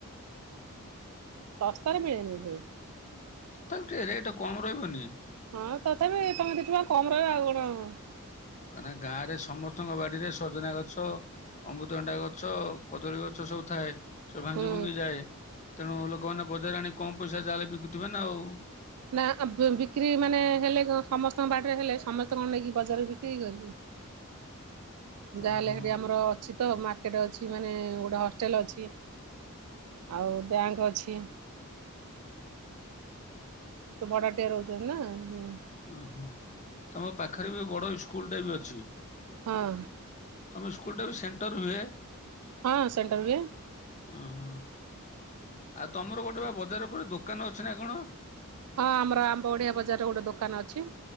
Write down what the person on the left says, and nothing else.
ତାକୁ ଟିକେ ରେଟ କମ ରହିବନି।
କାହିଁକିନା ଗାଁରେ ସମସ୍ତଙ୍କ ବାଡିରେ ସଜନା ଗଛ ଅମୃତଭଣ୍ଡା ଗଛ କଦଳୀ ଗଛ ସବୁ ଥାଏ। ସ ଭାଙ୍ଗି
ଭୁଙ୍ଗି ଯାଏ ତେଣୁ ଲୋକମାନେ। ବଜାର ଆଣି କମ ପଇସା ଯାହାଲେ ବିକୁଥିବେ ନା ଆଉ।
ଓହୋ।
ଓ ହୋ ତମ ପାଖରେ ବି ବଡ ସ୍କୁଲ ଟା ବି ଅଛି।
ତମେ ସ୍କୁଲ ଟା ବି ସେଣ୍ଟର ହୁଏ।
ହ ହ। ଆଉ ତମର ଗୋଟେ ବା ବଜାର ଉପରେ ଦୋକାନ ଅଛି ନା କଣ।